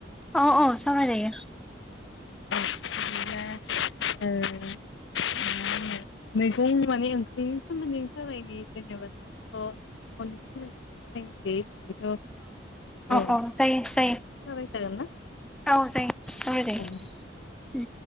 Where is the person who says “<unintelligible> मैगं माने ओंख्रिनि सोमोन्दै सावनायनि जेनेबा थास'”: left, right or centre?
Left